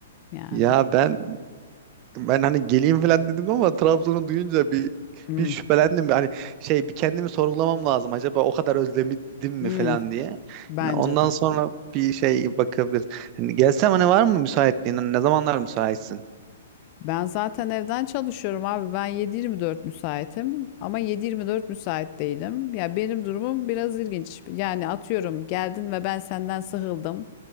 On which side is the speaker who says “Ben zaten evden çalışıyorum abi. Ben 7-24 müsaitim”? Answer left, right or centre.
Left